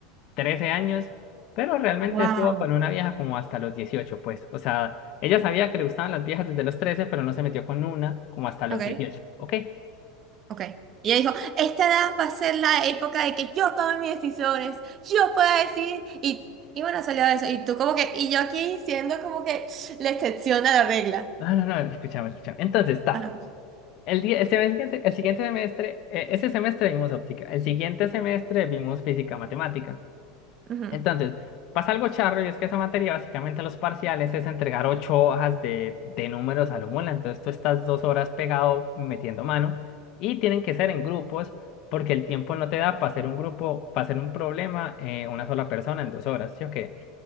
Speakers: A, on the left; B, on the right.
A: 13 años, pero realmente
B: wow.
A: estuvo con una vieja como hasta los 18 pues. O sea, ella sabía que le gustaban las viejas desde los 13 pero no se metió con una como hasta los
B: Ok,
A: dieciocho ¿ok?
B: ok. Y ella dijo, esta edad va a ser la época de que yo tome mis decisiones, yo pueda decir, y, y bueno, salió de eso. Y tú como que, y yo aquí siendo como que la excepción a la regla.
A: No, no, no, escúchame, escúchame. Entonces está.
B: Ajá.
A: El día, el semestre, el siguiente semestre, eh, ese semestre vimos óptica, el siguiente semestre vimos física matemática.
B: Ujú,
A: Entonces, pasa algo charro y es que esa materia básicamente los parciales es entregar ocho hojas de, de números a lo mola. Entonces tú estás dos horas pegado metiendo mano y tienen que ser en grupos porque el tiempo no te da para hacer un grupo, para hacer un problema eh, una sola persona en dos horas, ¿sí o qué?